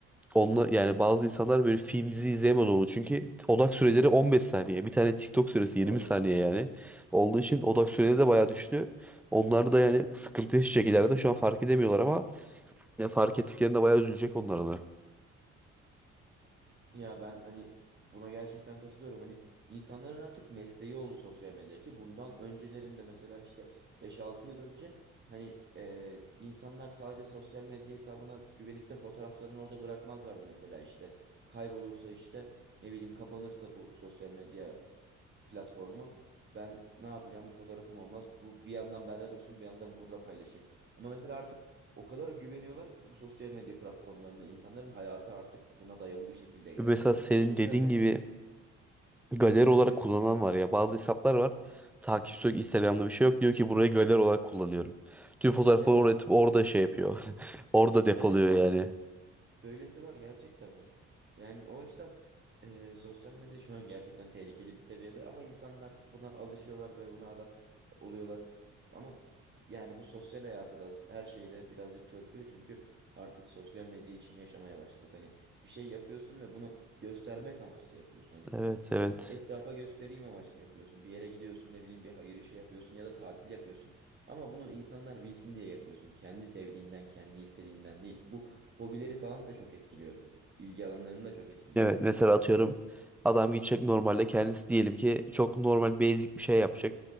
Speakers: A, in the centre; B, on the right.
A: onunla, yani bazı insanlar böyle film dizi izleyemez oldu. Çünkü odak süreleri 15 saniye. Bir tane TikTok süresi
B: doğru.
A: 20 saniye yani. Olduğu için odak
B: Çok haklısın.
A: süreleri de bayağı düştü. Onlar da yani sıkıntı yaşayacak ileride. Şu an fark edemiyorlar ama ya fark ettiklerinde bayağı üzülecek onlara da.
B: Ya ben hani buna gerçekten katılıyorum. Hani insanların artık mesleği oldu sosyal medya ki bundan öncelerinde mesela işte beş altı yıl önce hani e, insanlar sadece sosyal medya hesabına güvenip de fotoğraflarını orada bırakmazlardı mesela işte kaybolursa işte ne bileyim kapanırsa bu sosyal medya platformu. Ben ne yapacağım? Bu fotoğrafım olmaz. Bu bir yandan bende dursun, bir yandan burada paylaşayım. Ama mesela artık o kadar güveniyorlar ki bu sosyal medya platformlarına insanların hayatı artık buna dayalı bir şekilde
A: Mesela
B: ilerliyor.
A: senin
B: Sosyal
A: dediğin
B: medya.
A: gibi galeri olarak
B: Evet
A: kullanan
B: dinliyorum.
A: var ya. Bazı hesaplar var. Takipçisi yok, Instagram'da bir şey yok. Diyor ki burayı galeri olarak kullanıyorum. Tüm fotoğrafları
B: Evet.
A: oraya atıp orada şey yapıyor. <laughs> Orada depoluyor
B: Evet var.
A: yani.
B: Böylesi var gerçekten var. Yani o açıdan e, sosyal medya şu an gerçekten tehlikeli bir seviyede ama insanlar buna alışıyorlar ve buna adapt oluyorlar. Ama yani bu sosyal hayatı da her şeyi de birazcık törpülüyor çünkü artık sosyal medya için yaşamaya başladık. Hani bir şey yapıyorsun ve bunu göstermek amaçlı yapıyorsun. Hani
A: Evet evet.
B: etrafa göstereyim amaçlı yapıyorsun. Bir yere gidiyorsun, ne bileyim bir hayır işi yapıyorsun ya da tatil yapıyorsun. Ama bunu insanlar bilsin diye yapıyorsun. Kendi sevdiğinden, kendi istediğinden değil. Bu hobileri falan da çok etkiliyor. İlgi alanlarını da çok etkiliyor
A: Evet
B: yani.
A: mesela atıyorum adam gidecek normalde kendisi diyelim ki çok normal basic bir şey yapacak.